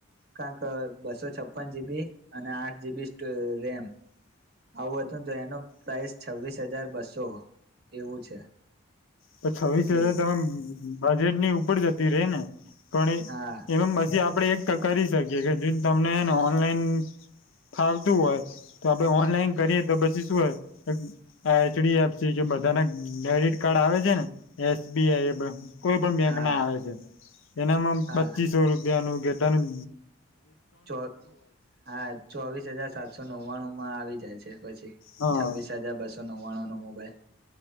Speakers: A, on the right (about 50°); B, on the left (about 75°).
A: કાક બસો છપ્પન જીબી અને આઠ જીબી રેમ. આવું હતું તો એનો પ્રાઇસ છવ્વીસ હજાર બસો એવું છે.
B: તો છવ્વીસ
A: એટલી
B: હજાર
A: બધી
B: તમામે બજેટની ઉપર જતી રે ને. પણ
A: હા
B: એમ મ આપ આપડે એક કરી શકીએ કે જો તમનેન ઓનલાઈન ફાવતું હોય તો આપણે ઓનલાઈન કરીએ તો પછી શું હોય આ એચડી એફ કે બધાને ડેડિટ કાર્ડ આવે ને એસ બીઆઈ એ કોઈ પણ બેંક
A: હા
B: ના આવે છે. એનામાં
A: હા
B: પચીસો રૂપિયા નું કે તનું
A: ચો હા ચોવીસ હજાર સાતસો નવ્વાણું માં આવી જાય છે. પછી
B: હા
A: છવ્વીસ હજાર બસો નવ્વાણું નો મો મોબાઈલ.